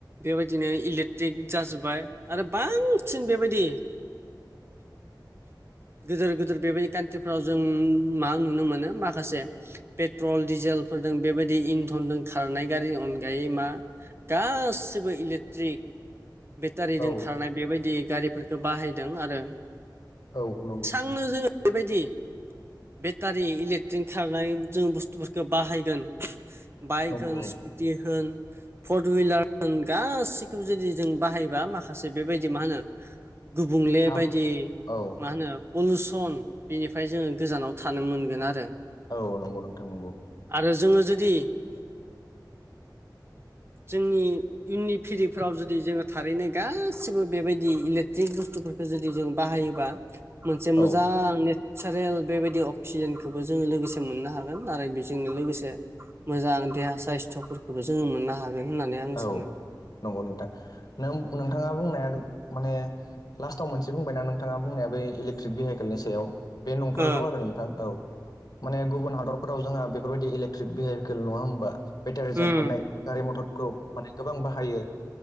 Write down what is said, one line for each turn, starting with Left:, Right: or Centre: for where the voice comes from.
Right: देबाय दिनो इलेक्ट्रिक जाजोब्बाय आरो बांसिन बेबायदि गोदोर गोदिर बेबायदि कान्ट्रिफ्राव जों मा नुनो मोनो माखासे पेट्रल डिजेलफोरदों बेबायदि इन्धनजों खारनाय गारिनि अनगायै मा गासिबो इलेक ट्रिक बेटारिजों
Left: औ
Right: खारनाय बेबायदि गारिफोरखौ बाहायदों आरो
Left: औ नंगौ
Right: बुंनो जोङो बेबायदि बेटारि इलेक्ट्रिक खारनाय जों बुस्थुफोरखौ बाहायगोन बाइक
Left: नंगौ
Right: होन
Left: औ
Right: स्कुटि होन फर हुइलार होन गास जुदि जों बाहायोबा माखासे बेबायदि मा होनो गुबुंले
Left: हाब
Right: बायदि
Left: औ
Right: मा होनो पलुसन बेनिफ्राय जोङो गोजानाव थानो मोनगोन आरो
Left: औ नंगौ नोंथां नंगौ
Right: आरो जोङो जुदि जोंनि इयुननि फिरिफोराव जुदि जोङो थारैनाय गासिबो बेबायदि इलेकट्रिक जुदि जों बाहायोबा मोनसे मोजां
Left: औ
Right: ने नेसारेल बेबायदि अक्सिजेनखौबो जोङो लोगोसे मोननो हागोन आरो बेजोंनो लोगोसे मोजां देहा साइस्थ'फोरखौबो जोङो मोननो हागोन होननानै आं
Left: औ
Right: सानो
Left: नंगौ नोंथां नों नोंथाङा बुंनाया माने लास्टाव मोनसे बुंबायना नोंथाङा बुंनाया बै इलेकट्रिक भेहिकेलनि सायाव बे नंथारगौ
Right: ओं
Left: आरो नों औ माने गुबुन हादरफोराव जोंहा बेफोरबायदि इलेकट्रिक भेहिकेल नङा होमबा बेटारिजों
Right: उम
Left: खारनाय गारि मथरखौ माने गोबां बाहायो